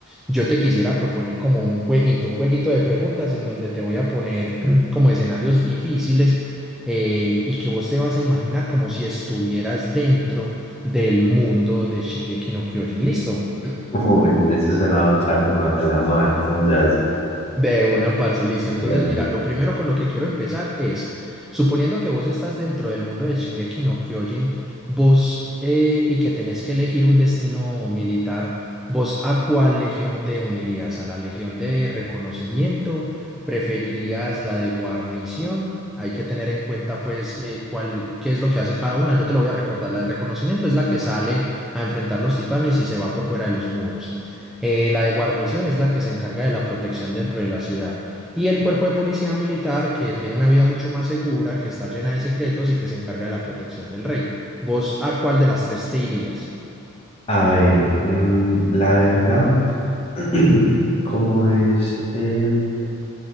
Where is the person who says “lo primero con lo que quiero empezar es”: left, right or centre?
Centre